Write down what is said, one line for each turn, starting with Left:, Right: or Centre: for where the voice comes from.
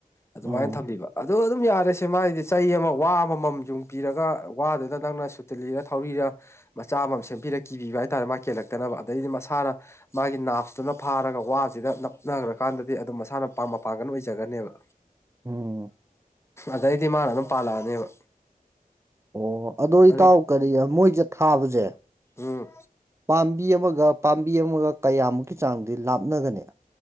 Left: ꯑꯗꯨꯃꯥꯏꯅ
Right: ꯎꯝ
Left: ꯊꯝꯕꯤꯕ ꯑ ꯑꯗꯨꯝ ꯌꯥꯔꯁꯦ ꯃꯥꯒꯤꯗꯤ ꯆꯍꯤ ꯑꯃ ꯋꯥ ꯑꯃꯃꯝ ꯌꯨꯡꯕꯤꯔꯒ ꯋꯥꯗꯨꯗ ꯅꯪꯅ ꯁꯨꯇꯥꯂꯤꯔ ꯊꯧꯔꯤꯔ ꯃꯆꯥ ꯑꯃ ꯑꯃ ꯁꯦꯝꯕꯤꯔꯒ ꯀꯤꯕꯤꯕ ꯍꯥꯏꯇꯥꯔꯦ ꯃꯥꯥ ꯀꯦꯜꯂꯛꯇꯅꯕ ꯑꯗꯩꯗꯤ ꯃꯁꯥꯅ ꯃꯥꯒꯤ ꯅꯥꯞꯇꯨꯅ ꯐꯥꯔꯒ ꯋꯥꯁꯤꯗ ꯅꯞꯅꯈ꯭ꯔꯀꯥꯟꯗꯗꯤ ꯑꯗꯨꯝ ꯃꯁꯥꯅ ꯄ ꯃꯄꯥꯡꯒꯟ ꯑꯣꯏꯖꯒꯅꯦꯕ
Right: ꯎꯝ
Left: ꯑꯗꯩꯗꯤ ꯃꯥꯅ ꯑꯗꯨꯝ ꯄꯥꯜꯂꯛꯑꯅꯦꯕ
Right: ꯑꯣ ꯑꯥꯗꯣ
Left: ꯑꯗꯨꯅ
Right: ꯏꯇꯥꯎ ꯀꯔꯤ ꯃꯣꯏꯁꯦ ꯊꯥꯕꯁꯦ
Left: ꯎꯝ
Right: ꯄꯥꯝꯕꯤ ꯑꯃꯒ ꯄꯥꯝꯕꯤ ꯑꯃꯒ ꯀꯌꯥꯃꯨꯛꯀꯤ ꯆꯥꯡꯗꯤ ꯂꯥꯞꯅꯒꯅꯤ